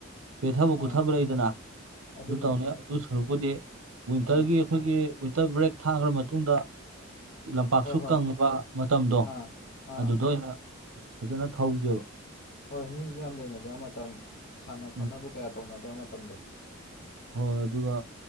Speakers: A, on the right (about 90°); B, on the left (about 50°).
A: ꯄꯦꯊꯕ
B: ꯑꯥ
A: ꯀꯨꯠꯊꯕ ꯂꯩꯗꯅ
B: ꯑꯗꯨꯅꯦ
A: ꯑꯗꯨ ꯇꯧꯅꯤ ꯑꯗꯨ ꯁꯔꯨꯛꯄꯨꯗꯤ ꯋꯤꯟꯇꯔꯒꯤ
B: ꯑꯥ
A: ꯑꯩꯈꯣꯏꯒꯤ ꯋꯤꯟꯇꯔ ꯕ꯭ꯔꯦꯛ ꯊꯥꯈ꯭ꯔꯥ ꯃꯇꯨꯡꯗ ꯂꯝꯄꯥꯛꯁꯨ
B: ꯍꯣꯏ ꯍꯣꯏ
A: ꯀꯪꯕ ꯃꯇꯝꯗꯣ
B: ꯑꯥ ꯑꯥ
A: ꯑꯗꯨꯗ ꯑꯣꯏꯅ ꯐꯖꯅ ꯊꯧꯖꯦꯕ
B: ꯍꯣꯏ ꯃꯤꯖꯨ ꯌꯥꯝ ꯂꯩꯅꯗꯕ ꯃꯇꯝ ꯁꯥꯟꯅ ꯈꯣꯠꯅꯕ
A: ꯎꯝ
B: ꯀꯌꯥ ꯇꯧꯅꯗꯕ ꯃꯇꯝꯗꯣ
A: ꯍꯣꯏ ꯑꯗꯨꯒ